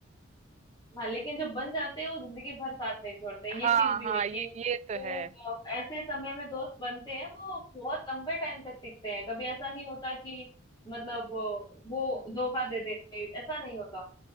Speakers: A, on the left; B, on the right.
A: हाँ लेकिन जो बन जाते हैं वो जिंदगी भर साथ नहीं छोड़ते हैं।
B: हाँ
A: ये चीज भी
B: हाँ
A: है कि
B: ये ये तो
A: जो
B: है
A: अ, ऐसे समय में दोस्त बनते हैं वो बहुत लंबे टाइम तक टिकते हैं कभी ऐसा नहीं होता कि मतलब अ, वो धोखा दे दे ऐसा नहीं होता